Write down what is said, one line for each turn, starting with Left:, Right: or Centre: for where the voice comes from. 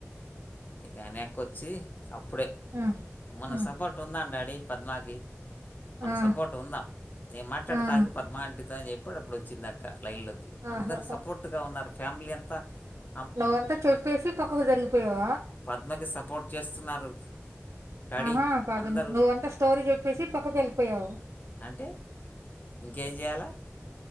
Left: ఇ నే ఎక్కొచ్చి అప్పుడే
Right: హ్మ్.
Left: మన
Right: హ్మ్.
Left: సపోర్ట్ ఉందాం డాడీ పద్మాగి మన
Right: హ్మ్.
Left: సపోర్ట్ ఉందాం నేను మాట్లాడే
Right: హ్మ్.
Left: తాగు పద్మావంటిత అని చెప్పడు అప్పుడు వచ్చింది అక్క లైన్లోకి
Right: ఆహా!
Left: అందరుూ సపోర్ట్గా ఉన్నారు ఫ్యామిలీ అంతా త్త
Right: నవంతా చూలిసి పక్కకు జరిగిపోయవారు
Left: పద్మాకి సపోర్ట్ చేస్తున్నారు డాడీ
Right: ఆహా పద
Left: అందరూ
Right: నువ్వంటే స్టోరీ చెప్పేసి పక్కకి వెళ్ళిపోయావు
Left: అంటే ఇంకేం చేయాలా